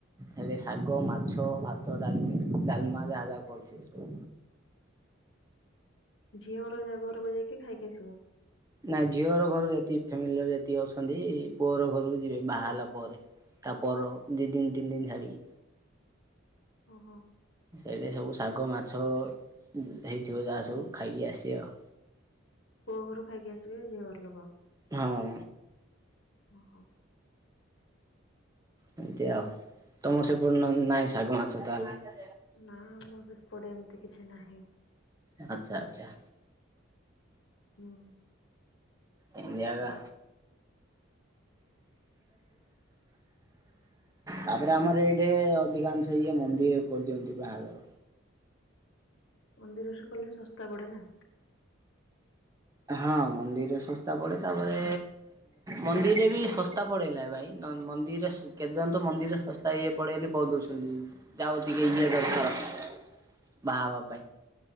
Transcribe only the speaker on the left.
ଝିଅ ହର ଯା- ଘରକୁ ଯାଇକି ଖାଇକି ଆସିବୁ।
ଓହୋ।
ପୁଅ ଘରୁ ଖାଇକି ଆସିବେ ଝିଅ ଘର ଲୋକ?
ଓହୋ।
ନା ଆମର ଏପଟେ ଏମିତି କିଛି ନାହିଁ।
ହଁ।
ମନ୍ଦିରରେ <unintelligible> କଲେ ଶସ୍ତା ପଡେ ନା।